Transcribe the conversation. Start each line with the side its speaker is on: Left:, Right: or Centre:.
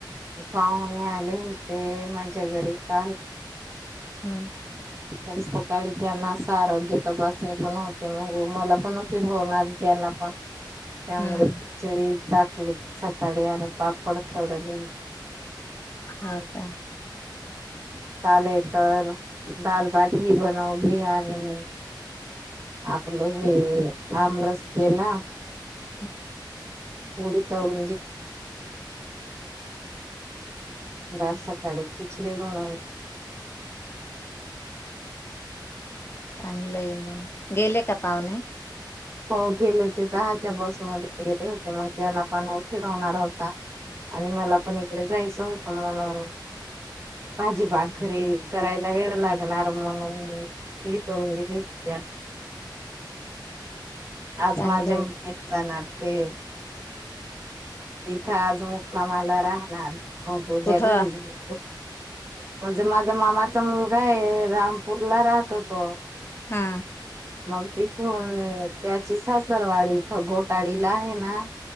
Right: पाहणे आले होते माझ्या घरी काल
Left: हम्
Right: त सकाळी त्यांना असं आरोग्य तपासणी पण होते मग मला पण फिट होणार त्यांना पण त्यामुळेळी
Left: हम्म
Right: झाकली सकाळी आणि पापड डले
Left: हो का
Right: ले तर दालबाटी बनवली आणि आपलं हे आमरस केला
Left: हम्
Right: उडी तव आज सकाळी खिचडी बनवली
Left: चांगलंय मग, गेले का पाहुणे?
Right: हो गेले ते दहाच्या बसमध्येध्ये वगैरे होते मग त्यांना पण उशिर होणार होता. आणि मला पण इकडे जायचं होतं म्हणून. भाजी भाकरी करायला वेळ लागणार म्हणून चिडीप <unintelligible> आज
Left: चांगलंय
Right: माझ्या म जाणार ते तिथं आज मुक्कामाला राहणार हो हो
Left: कुठं
Right: त्या घरी जा म्हणजे माझा मामाचा मुलगा आहे रामपूर ला राहतो तो
Left: हा
Right: मग तिथून त्याची सासुरवाडीला घोटाडीला आहे ना